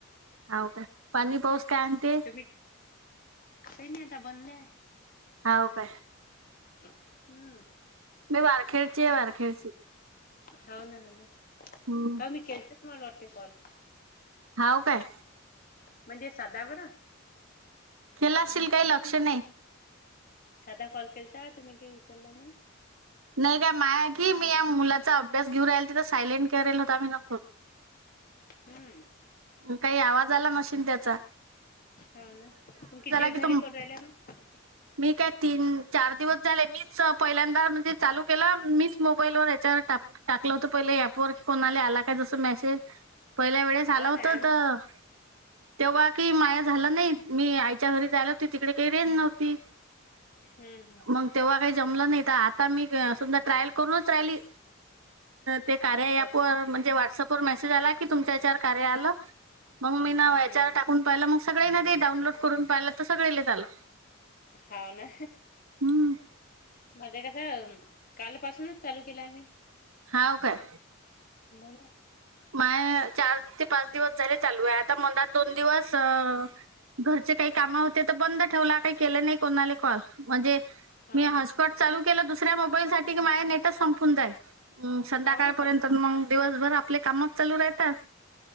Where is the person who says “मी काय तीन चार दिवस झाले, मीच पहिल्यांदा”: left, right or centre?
Right